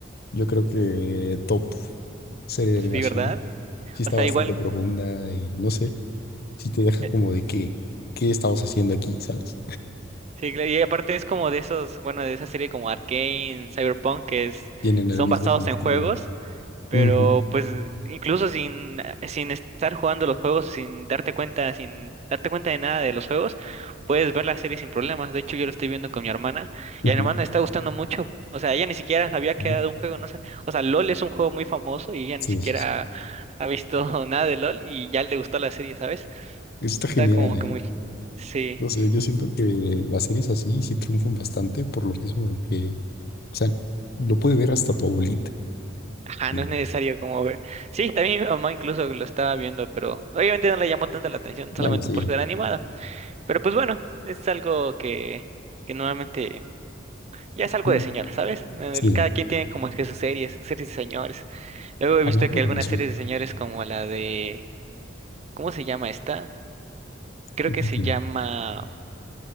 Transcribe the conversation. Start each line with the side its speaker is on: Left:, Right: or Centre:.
Left: Yo creo que top serie de animación.
Right: Sí, ¿verdad?
Left: Sí está
Right: O sea,
Left: bastante
Right: igual,
Left: profunda y no sé, si te deja
Right: eh,
Left: como de que, ¿qué estamos haciendo aquí? ¿Sabes?
Right: sí, claro, y aparte es como de esos, bueno, de esa serie como Arcane, Cyberpunk, que es,
Left: Tienen
Right: son
Left: el mismo
Right: basados en
Left: estilo,
Right: juegos
Left: ¿no?
Right: Pero
Left: Ujú,
Right: pues incluso sin, sin estar jugando los juegos, sin darte cuenta, sin darte cuenta de nada de los juegos, puedes ver la serie sin problemas. De hecho, yo lo estoy viendo con mi hermana
Left: ujú,
Right: y a mi hermana le está gustando mucho. O sea, ella ni siquiera sabía que
Left: ujú.
Right: era de un juego, no sé. O sea, LOL es un juego muy famoso y ella
Left: Sí,
Right: ni siquiera
Left: sí, sí.
Right: ha visto <laughs> nada de LOL y ya le gustó la serie, ¿sabes?
Left: Está genial,
Right: Está como
Left: ¿eh?
Right: que muy... Sí.
Left: No sé, yo siento que las series así sí triunfan bastante por lo mismo de que, o sea, lo puede ver hasta tu abuelita.
Right: Ajá,
Left: Y,
Right: no es necesario como ver. Sí, también mi mamá incluso lo estaba viendo, pero obviamente no le llamó tanta la atención
Left: bueno,
Right: solamente
Left: sí,
Right: por ser animada. Pero pues bueno, es algo que, que normalmente ya es algo
Left: mm,
Right: de señora, ¿sabes? El-
Left: sí,
Right: cada quien tiene como que sus series, sus series de señores. Luego he
Left: hablando
Right: visto que
Left: de
Right: algunas
Left: animación,
Right: series de señores como la de, ¿cómo se llama esta? Creo
Left: ¿tú
Right: que
Left: qué
Right: se
Left: tienes?
Right: llama,